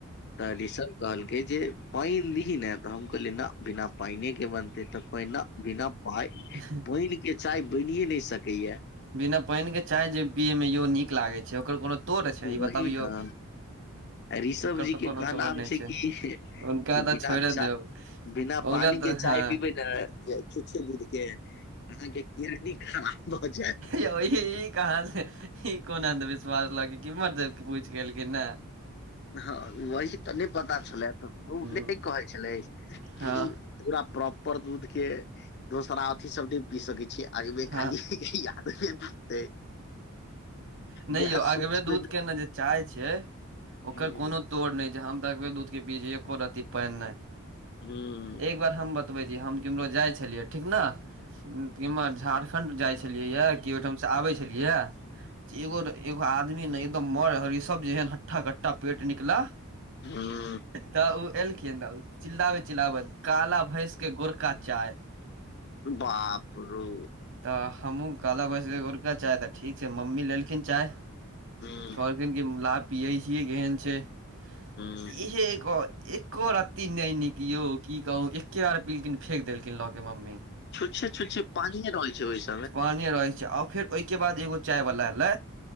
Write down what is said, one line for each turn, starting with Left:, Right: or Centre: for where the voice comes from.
Left: तऽ <unintelligible> सब? कहलकै जे पैन लीही ने तऽ हम कहलियै नऽ बिना पाइने के बनते तऽ नऽ बिना पाय
Right: <unintelligible>
Left: पैइन के चाय बैनिये नय सकैयैऽ।
Right: बिना पैइन के चाय जे पियय मे यौ नीक लागै छै। ओकर कोनो तोड़ छै
Left: वही
Right: ई बतबियौ
Left: न ऋषभ
Right: ओकर
Left: जी
Right: तऽ
Left: के
Right: कोनो
Left: कहनााम
Right: तोड़ नहि
Left: छै क
Right: हुनका तऽ
Left: विधान
Right: छोड़े
Left: च
Right: देब
Left: बिना
Right: हुनका
Left: पानी
Right: तऽ
Left: के
Right: हँ
Left: चाय पीबे न य चुच्छे दूध के अहाँके किनी खराब भऽ जायत
Right: या ओ ही। कहाँ से ई कोन अन्धविश्वास ल कीमहर से पूछ के एलखिन हाँ
Left: हँ वही त नहि पता छलै ते ओ
Right: हम्म,
Left: बहु नहि कहै छलै कि
Right: हँ
Left: पूरा प्रॉपर दूध के दोसरा अथी सब ने पी सकै छीये ऐ बे
Right: हँ
Left: खाली याद बितई
Right: नहि
Left: उहाए
Right: यौ अगबे
Left: सोच के
Right: दूध के ने दैन चाय छ ओकर
Left: हूं
Right: कोनो तोड़ नहि छै हम त अगबे दूध के पीये छीये एको रति पैन नै
Left: हूं
Right: एक बात हम बतबै छी हम केम्हरो जाइ छलियै ठीक न कीम्हर झारखण्ड जाइ छलियै य कि ओहिठाम से आबे छलिय <unintelligible> एगो एगो आदमी ने एकदम मर हरी सब जे एहन हट्ठा कट्ठटा पेट निकला
Left: हूं
Right: त ओ एलखिन ऊ चिल्लाबेत चिल्लाबेत काला भैंस के गोर का चाय
Left: बाप रो
Right: त हमहूँ काला भैस गोरका चाय त से मम्मी लेलखिन चाय
Left: हूं
Right: कहलखिन की ला पियै छियै केहन छै। इ
Left: हूं
Right: हे एक और एक्को रत्ती नै नीक यौ की कहूँ एक्के बार पीलखिन फेक देलखिन ल के मम्मी
Left: छुछे छुछे पानिे रहे छै ओहि से
Right: पानी ये रहै छै आर फेर ओहिके बाद एगो चाय बला एलै